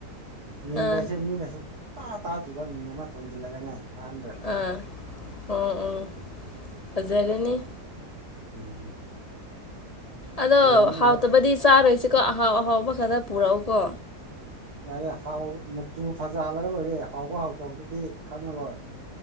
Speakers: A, on the right; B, on the left.
A: ꯃꯤꯡꯒꯩꯁꯦ
B: ꯑꯥ
A: ꯃꯤꯅ ꯁꯨꯝꯨꯡꯇꯥ ꯇꯥꯗ꯭ꯔꯤꯕ ꯃꯤꯡ ꯑꯃ ꯊꯣꯟꯖꯤꯜꯂꯒꯅꯦ ꯑꯍꯥꯟꯕꯗ꯭ꯔ
B: ꯑꯥ ꯑꯣ ꯑꯣ ꯐꯖꯔꯦꯅꯦ
A: ꯎꯝ
B: ꯑꯗꯣ
A: ꯌꯥꯝ
B: ꯍꯥꯎꯇꯕꯗꯤ
A: ꯋꯥ
B: ꯆꯥꯔꯣꯏꯁꯤꯀꯣ ꯑꯍꯥꯎ ꯑꯍꯥꯎꯕ ꯈꯔ ꯄꯨꯔꯛꯎꯀꯣ
A: ꯌꯥꯔꯦ ꯍꯥꯎ ꯃꯆꯨ ꯐꯖꯍꯜꯂꯒ ꯂꯣꯏꯔꯦ ꯍꯥꯎꯕ ꯍꯥꯎꯇꯕꯗꯨꯗꯤ ꯈꯪꯉꯔꯣꯏ